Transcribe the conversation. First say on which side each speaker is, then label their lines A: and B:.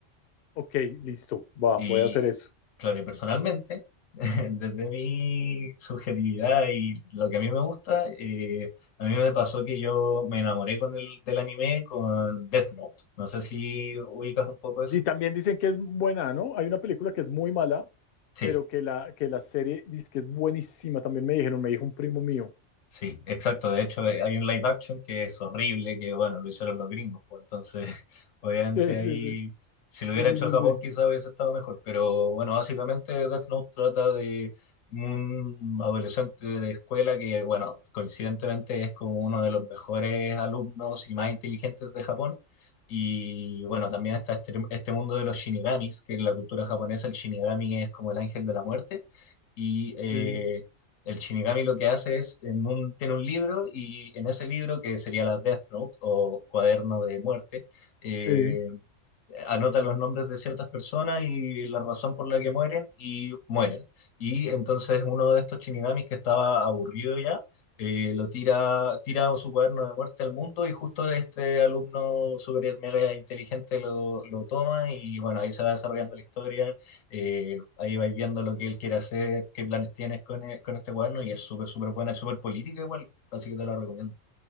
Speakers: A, on the left; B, on the left.
A: Ok, listo, va,
B: Y
A: voy a hacer eso.
B: claro, y personalmente, <laughs> desde mi subjetividad y lo que a mí me gusta, eh, a mí me pasó que yo me enamoré con el, del anime con Death Note. No sé si ubicas un poco eso.
A: Y también dicen que es buena, ¿no? Hay una película que es muy mala,
B: Sí.
A: pero que la, que la serie dice que es buenísima. También me dijeron, me dijo un primo mío.
B: Sí, exacto. De hecho, eh, hay un live action que es horrible, que bueno, lo hicieron los gringos, pues entonces, <laughs> obviamente
A: <laughs> Sí, sí,
B: ahí,
A: sí,
B: si lo hubiera
A: sí,
B: hecho
A: sí,
B: Japón,
A: sí.
B: quizá hubiese estado mejor. Pero bueno, básicamente Death Note trata de un adolescente de escuela que, bueno, coincidentemente es como uno de los mejores alumnos y más inteligentes de Japón. Y bueno, también está este, este mundo de los shinigamis, que en la cultura japonesa el shinigami es como el ángel de la muerte. Y eh,
A: sí,
B: el Shinigami lo que hace es, en un- tiene un libro y en ese libro, que sería la Death Note o Cuaderno de Muerte, eh,
A: sí. sí.
B: anota los nombres de ciertas personas y la razón por la que mueren y mueren. Y entonces uno de estos Shinigamis que estaba aburrido ya, eh, lo tira, tira su cuaderno de muerte al mundo y justo este alumno super mega inteligente lo, lo toma y bueno, ahí se va desarrollando la historia, eh, ahí vais viendo lo que él quiere hacer, qué planes tienes con, e- con este cuaderno y es súper, súper buena, es súper política igual, así que te la recomiendo.